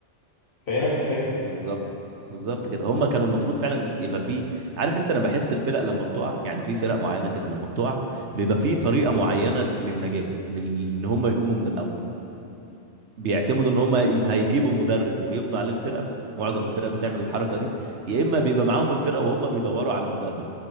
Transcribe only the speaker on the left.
فهي نفس الفكره